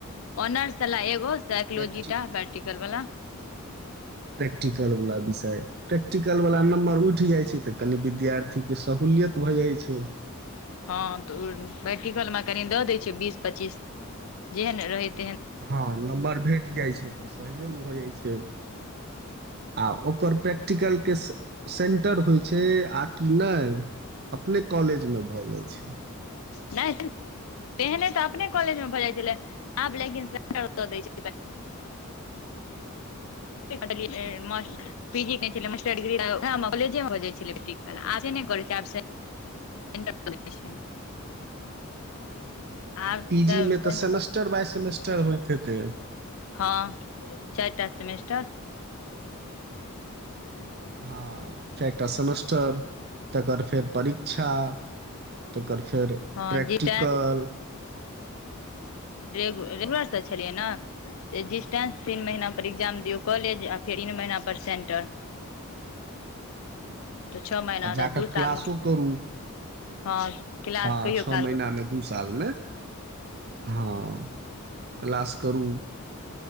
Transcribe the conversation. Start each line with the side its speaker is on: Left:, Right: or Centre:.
Left: ओनार्स छलै एगो। सइकोलोजी
Right: प्रैक्टि
Left: टा प्रैक्टिकल। करल बला।
Right: प्रैक्टिकल वला विषय प्रैक्टिकल वला
Left: हँ
Right: नम्बर उठि जाइ छै। तऽ कनि विद्यार्थी के सहूलियत भए जाइ छै।
Left: हँ तऽ ओ पैटिकल मे कनि दऽ दै छै बीस पच्चीस जेहन रहैत।
Right: हँ नम्बर भेट जाइ छै तऽ सहयोग भऽ जाइ छै। आ ओकर प्रैक्टिकलके सेन्टर होइत छै आ कि नय अपने कॉलेजमे भऽ जाइ छै।
Left: नहि तेहने तऽ अपने कॉलेजमे भऽ जाइत छलै आब लेकिन दऽ दैत छलैट पीजी कह छलै मास्टर डिग्रीए कॉलेजेमे भऽ जाइत छलै बैट्रल आब से कॉ छै आब। <unintelligible> आब
Right: पी
Left: सब
Right: जी मे
Left: सेंटर
Right: तऽ सेमेस्टर बाय सेमेस्टर। चढ़बइत होइ त।
Left: हँ चारिटा सेमेस्टर।
Right: हँ। चारटा सेमस्टर तपर फेर। परीक्षा त पर फेर
Left: हँ
Right: प्रैक्टिकल।
Left: जिटें एम्हार से छलीय ना त जिस टाइम तीन महीना पर एग्जाम दिउ कॉलेज आ फिर इन महीना पर सेंटर। तऽ छओ महीना
Right: आ जाक
Left: तऽ दू साल
Right: क्लासो
Left: मे
Right: करू।
Left: हँ। क्लास
Right: हँ
Left: कहियो
Right: छओ
Left: काल
Right: महिना मे दू साल मे हँ। क्लास करू